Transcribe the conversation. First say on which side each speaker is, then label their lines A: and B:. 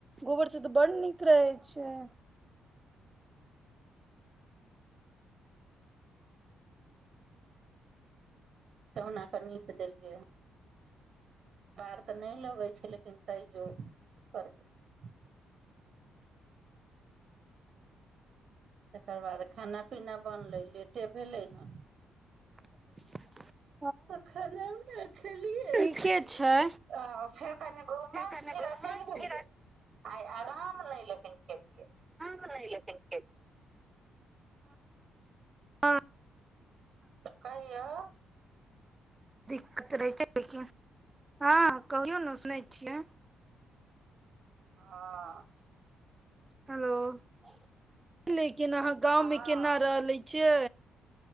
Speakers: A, on the right; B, on the right.
A: गोबर सभ तऽ बर नीक रहै छैय
B: केहुना क नीप देलियै पार तऽ नहि लगै छैय लेकिन तैओ की करबै तकर बाद खाना पीना बनले लेट ट भेलै हँ
A: <inaudible>
B: त खाना खेलियै
A: ठीके छै
B: आ फेर कनि घूमह
A: कने
B: फेर
A: घुमल
B: आ चलि गेलियै
A: फेर
B: आइ आराम नहि लेकिन खेलियै
A: नै लेकिन कलियय हँ
B: कहियाव
A: दिक्कत रहै छैय लेकिन हँ कहिय वोने सुनै छियै
B: ह
A: हेलो के अहाँ गाँंव
B: हँ
A: मे केना रहले छियै